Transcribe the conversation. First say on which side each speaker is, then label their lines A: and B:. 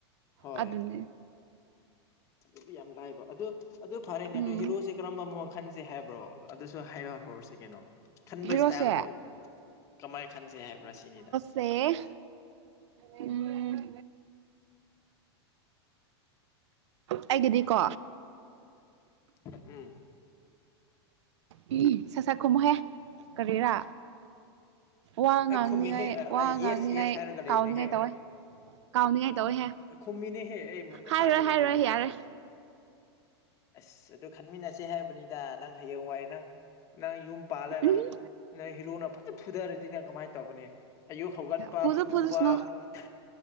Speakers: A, on the left (about 20°); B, on the right (about 85°).
A: ꯍꯣꯏ꯫
B: ꯑꯗꯨꯅꯦ
A: ꯑꯗꯨꯗꯤ ꯌꯥꯝ ꯂꯥꯏꯕ ꯑꯗꯨ ꯑꯗꯨ ꯐꯔꯦꯅꯦ
B: ꯎꯝ
A: ꯑꯗꯨ ꯍꯤꯔꯣꯁꯦ꯫ ꯀꯔꯝꯕ ꯃꯑꯣꯡ ꯈꯟꯁꯦ ꯍꯥꯏꯕ꯭ꯔꯣ ꯑꯗꯨꯁꯨ ꯍꯥꯏꯔ ꯍꯧꯔꯁꯤ ꯀꯩꯅꯣ꯫ ꯈꯟꯕ
B: ꯍꯤꯔꯣꯁꯦ
A: ꯏꯁꯇꯥꯏꯜꯗꯣ ꯀꯃꯥꯏꯅ ꯈꯟꯁꯦ ꯍꯥꯏꯕ꯭ꯔꯥ ꯁꯤꯅꯤꯗ꯫
B: ꯁꯦ ꯎꯝ ꯑꯩꯒꯤꯗꯤꯀꯣ꯫
A: ꯎꯝ
B: ꯎꯝ ꯁꯥꯠ ꯁꯛꯈꯨꯝꯃꯨꯍꯦ ꯀꯔꯤꯔꯥ꯫ ꯋꯥ ꯉꯥꯡꯅꯤꯉꯥꯏ
A: ꯑꯩ ꯈꯨꯝꯃꯤꯍꯦ
B: ꯋꯥ
A: ꯑꯩ
B: ꯉꯥꯡꯅꯤꯉꯥꯏ
A: ꯌꯦꯁ ꯌꯦꯁ ꯍꯥꯏꯔꯒ
B: ꯀꯥꯎꯅꯤꯡꯉꯥꯏ
A: ꯂꯩꯕꯅꯦꯍꯦ
B: ꯇꯧꯋꯦ꯫ ꯀꯥꯎꯅꯤꯡꯉꯥꯏ ꯇꯧꯋꯦꯍꯦ
A: ꯈꯨꯝꯃꯤꯅꯦꯍꯦ ꯑꯩ ꯃꯨꯟꯅ
B: ꯍꯥꯏꯔꯣꯏ
A: ꯇꯥꯔꯤꯅꯦ
B: ꯍꯥꯏꯔꯣꯏ
A: ꯀꯩꯅꯣ
B: ꯌꯥꯔꯦ꯫ ꯎꯝ
A: ꯑꯁ ꯑꯗꯨ ꯈꯟꯃꯤꯟꯅꯁꯦ ꯍꯥꯏꯔꯕꯅꯤꯗ ꯅꯪ ꯍꯌꯦꯡꯋꯥꯏ ꯅꯪ꯫ ꯅꯪ ꯌꯨꯝ ꯄꯥꯜꯂ
B: ꯎꯝ
A: ꯅꯪ ꯅꯪ ꯍꯤꯔꯣꯅ ꯐꯖꯅ ꯐꯨꯊꯔꯗꯤ ꯅꯪ ꯀꯃꯥꯏꯅ ꯇꯧꯒꯅꯤ ꯑꯌꯨꯛ ꯍꯧꯒꯠꯄ
B: ꯐꯨꯁꯨ
A: ꯐꯨꯕ
B: ꯐꯨꯖꯁꯅꯨ
A: ꯄꯨꯡ